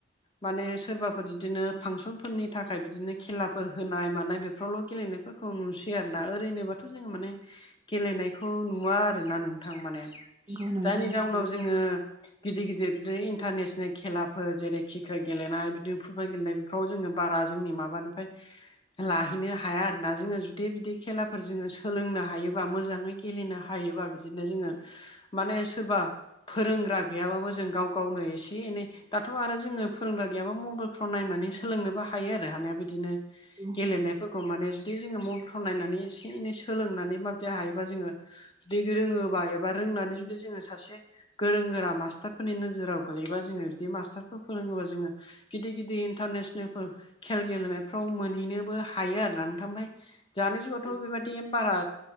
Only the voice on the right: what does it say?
नंगौ नंगौ
औ